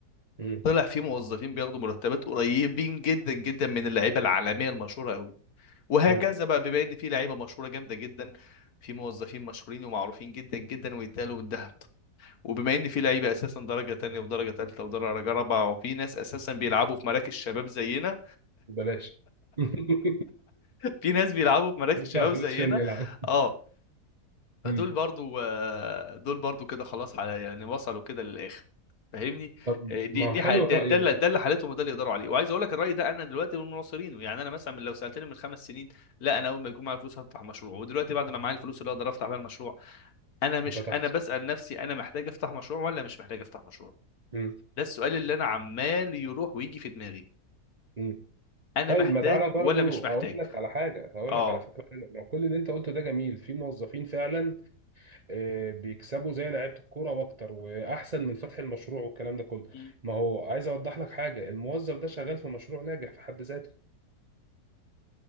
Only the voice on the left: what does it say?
طلع في موظفين بياخدوا مرتبات قريبين جدا جدا من اللعيبه العالميه المشهوره قوي وهكذا
بقى بما ان في لعيبه مشهوره جامده جدا في موظفين مشهورين ومعروفين جدا جدا ويتقالوا بالذهب وبما ان في لعيبه اساسا درجه تانية ودرجه تالتة ودرجه رابعه وفي ناس اساسا بيلعبوا في مراكز شباب زينا
في ناس بيلعبوا في مراكز
شباب
زينا
اه فدول
برضو آه، دول برضو كده خلاص ح- يعني وصلوا كده للاخر فاهمني
آه، دي
دي
ح- ده
ده اللي
ده اللي حالتهم وده اللي يقدروا عليه وعايز اقول لك الراي ده انا دلوقتي من مناصرينه يعني انا مثلا من- لو سالتني من خمس سنين لا انا اول ما يكون معايا فلوس هفتح مشروع ودلوقتي بعد ما معايا الفلوس اللي اقدر افتح بيها المشروع انا مش
انا بسال نفسي انا محتاج افتح مشروع ولا مش محتاج افتح مشروع
ده السؤال اللي انا عمال يروح ويجي في دماغي
انا
محتاج
ولا مش
محتاج
اه
مم.